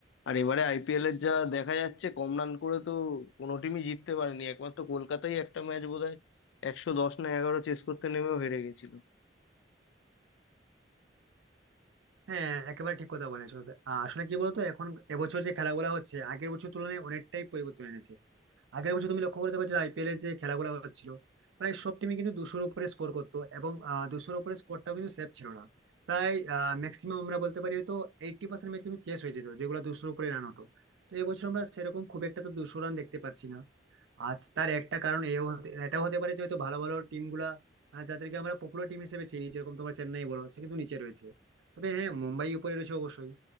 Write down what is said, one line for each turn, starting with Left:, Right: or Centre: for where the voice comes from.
Left: আর এবারে আইপিএল এর যা দেখা যাচ্ছে কম রান করে তো কোনো টিমই জিততে পারেনি একমাত্র কলকাতাই একটা ম্যাচ বোধহয় একশো দশ না এগারো চেস করতে নেমেও হেরে গেছিল
Right: হ্যাঁ একেবারে ঠিক কথা বলেছো আহ, আসলে কি বলতো এখন এবছর যে খেলাগুলো হচ্ছে আগের বছর তুলনায় অনেকটাই পরিবর্তন এনেছে আগের বছর তুমি লক্ষ্য করে দেখো যে আইপিএলের যে খেলাগুলো হচ্ছিল প্রায় সব টিমই কিন্তু দুশোর উপরে স্কোর করতো এবং আহ, দুশোর উপরে স্কোরটাও কিন্তু সেফ ছিল না প্রায় ম্যাক্সিমাম আমরা বলতে পারি হয়তো এইটটি পার্সেন্ট ম্যাচ কিন্তু চেস হয়ে যেত যেগুলো দুশোর উপরে রান হতো তো এবছর আমরা সেরকম খুব একটা তো দুশো রান দেখতে পাচ্ছি না আজ তার একটা কারণ এও হতে এটাও হতে পারে যে হয়তো ভালো ভালো টিম গুলা আহ, যাদেরকে আমরা পপুলার টিম হিসেবে চিনি যেরকম তোমার চেন্নাই বলো সে কিন্তু নিচে রয়েছে তবে হ্যাঁ মুম্বাই উপরে রয়েছে অবশ্যই